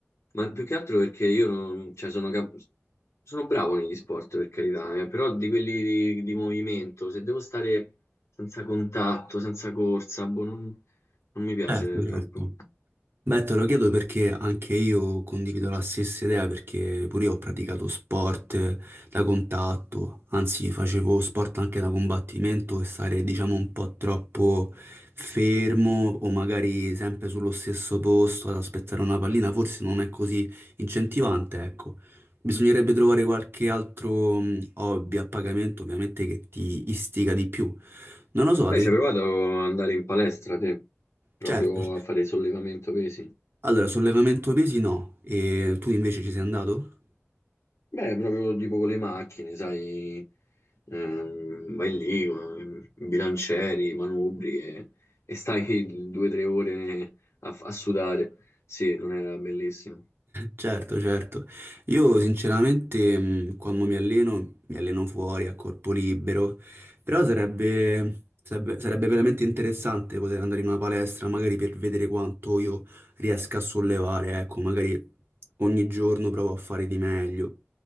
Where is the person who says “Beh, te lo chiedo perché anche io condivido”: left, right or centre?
Right